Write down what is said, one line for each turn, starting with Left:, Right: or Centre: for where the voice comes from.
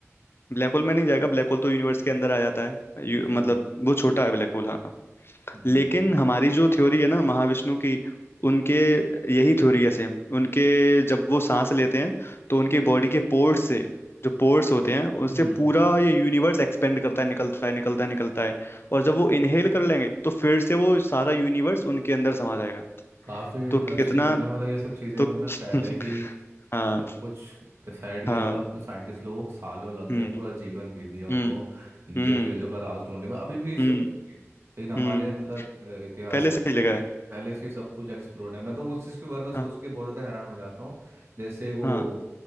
Left: ब्लैक होल में नहीं जाएगा ब्लैक होल तो यूनिवर्स के अंदर आ जाता है
Right: अच्छा
Left: यू, मतलब वो छोटा है ब्लैक होल हाँ
Right: हम्म
Left: लेकिन हमारी जो थ्योरी है ना महाविष्णु की उनके यही थ्योरी है सेम उनके जब वो सांस लेते हैं तो उनके बॉडी के पोर्स से जो पोर्स होते हैं उससे
Right: हम्म
Left: पूरा ये यूनिवर्स एक्सपेंड करता है निकलता है निकलता है निकलता है और जब वो इनहेल कर लेंगे तो फिर से वो सारा यूनिवर्स उनके अंदर समा जाएगा
Right: काफी इंटरेस्टिंग
Left: तो कितना
Right: है ना मतलब ये सब चीजें
Left: तो
Right: उन्होंने पहले
Left: <laughs>
Right: ही
Left: हाँ
Right: सब कुछ डिसाइड किया
Left: हाँ
Right: हुआ था साइंटिस्ट लोगों को सालों लग
Left: हम्म
Right: गया पूरा जीवन बीत गया उनको
Left: हम्म
Right: इन
Left: हम्म
Right: सब चीजों का राज ढूंढने में अभी भी श्योर
Left: हम्म
Right: नहीं है लेकिन हमारे
Left: हम्म
Right: मतलब अ, इतिहास
Left: पहले
Right: में
Left: से ही लगा है
Right: पहले से ही सब कुछ एक्सप्लोर्ड है मैं तो उस चीज के बारे में सोच
Left: हाँ।
Right: के बहुत ज्यादा हैरान हो जाता हूँ जैसे वो
Left: हाँ